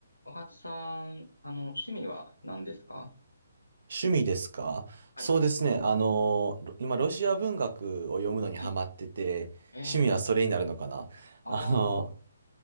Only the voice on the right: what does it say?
趣味ですかそうですね。
あの、ロ今、ロシア文学を読むのにハマってて、
趣味はそれになるのかなあの、